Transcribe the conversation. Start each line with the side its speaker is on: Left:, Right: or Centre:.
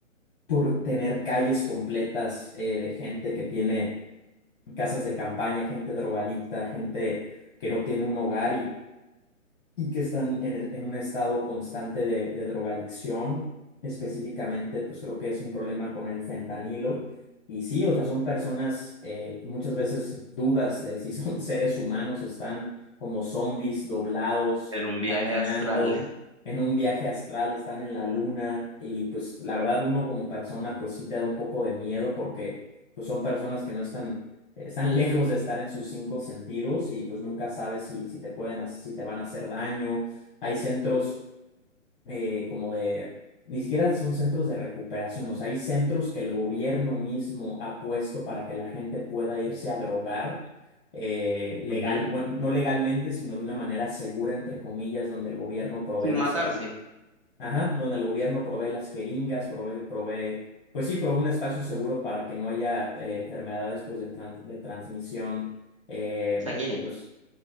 Left: por tener calles completas eh, de gente que tiene casas de campaña, gente drogadicta, gente que no tiene un hogar y, y que están en, el- en un estado constante de, de drogadicción. Específicamente, pues creo que es un problema con el fentanilo. Y sí, o sea, son personas, eh, muchas veces dudas de si son <laughs> seres humanos, están como zombies doblados,
Right: en un viaje
Left: caminando.
Right: astral
Left: en un viaje astral, están en la luna y pues la verdad uno como persona pues sí te da un poco de miedo porque pues son personas que no están eh, están lejos de estar en sus cinco sentidos y pues nunca sabes si, si te pueden, ha- si te van a hacer daño. Hay centros eh, como de, ni siquiera son centros de recuperación, o sea, hay centros que el gobierno mismo ha puesto para que la gente pueda irse a drogar. eh,
Right: <laughs>
Left: legal,
Right: Ujú.
Left: bueno, no legalmente, sino de una manera segura, entre comillas, donde el gobierno provee
Right: sin
Left: las
Right: matarse,
Left: jeringas Ajá, donde el gobierno provee las jeringas, provee, provee, pues sí, provee un espacio seguro para que no haya eh, enfermedades pues, de, tran- de transmisión eh,
Right: sanguíneo.
Left: pues,